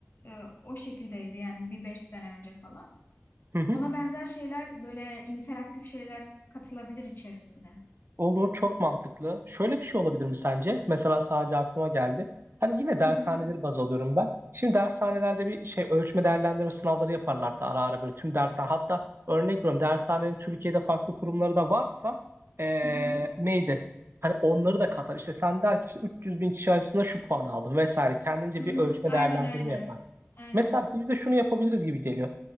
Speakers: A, on the left; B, on the right.
A: e, o şekildeydi yani bir 5 sene önce falan.
B: <laughs>
A: Ona benzer şeyler böyle interaktif şeyler katılabilir içerisine.
B: Olur, çok mantıklı. Şöyle bir şey olabilir mi sence? Mesela sadece aklıma geldi. Hani yine dershaneleri
A: Hı hı.
B: baz alıyorum ben. Şimdi dershanelerde bir şey ölçme değerlendirme sınavları yaparlardı ara ara böyle tüm dershane. Hatta örnek veriyorum dershanenin Türkiye'de farklı kurumları da varsa ee,
A: Hı hı.
B: neydi? Hani onları da katar. İşte sen der ki işte 300 bin kişi arasında şu puan aldım vesaire. Kendince
A: Hı
B: bir
A: hı.
B: ölçme
A: Aynen
B: değerlendirme
A: aynen.
B: yapar.
A: Aynen.
B: Mesela biz de şunu yapabiliriz gibi geliyor.